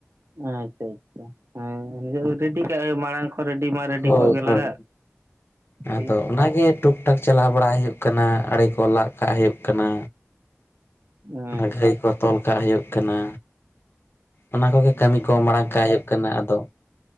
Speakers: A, on the right; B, on the left.
A: ᱟᱪᱪᱷᱟ ᱟᱪᱪᱷᱟ ᱦᱮᱸ ᱱᱤᱛ ᱨᱮᱰᱤ ᱠᱟᱜ ᱢᱟᱲᱟᱝ ᱠᱷᱚᱱ ᱨᱮᱰᱤ ᱢᱟ ᱨᱮᱰᱤ
B: ᱦᱳᱭ
A: ᱠᱚᱜ ᱜᱮ ᱞᱟᱜᱟᱜ
B: ᱦᱳᱭ ᱟᱫᱚ
A: ᱦᱩᱭᱩᱜ
B: ᱚᱱᱟᱜᱮ ᱴᱩ ᱴᱟᱠ ᱪᱟᱞᱟᱣ ᱵᱟᱲᱟ ᱦᱩᱭᱩᱜ ᱠᱟᱱᱟ ᱟᱲᱮ ᱠᱚ ᱞᱟᱜ ᱠᱟᱜ ᱦᱩᱭᱩᱜ ᱠᱟᱱᱟ
A: ᱟᱪᱪᱷᱟ
B: ᱚᱱᱟ ᱜᱷᱟᱹᱭ ᱠᱚ ᱛᱚᱞ ᱠᱟᱜ ᱦᱩᱭᱩᱜ ᱠᱟᱱᱟ ᱚᱱᱟ ᱠᱚᱜᱮ ᱠᱟᱹᱢᱤ
A: ᱟᱪᱪᱷᱟ ᱟᱪᱪᱷᱟ
B: ᱠᱚ
A: ᱦᱮᱸ
B: ᱢᱟᱲᱟᱝ ᱠᱟᱜ ᱦᱩᱭᱩᱜ ᱠᱟᱱᱟ ᱟᱫᱚ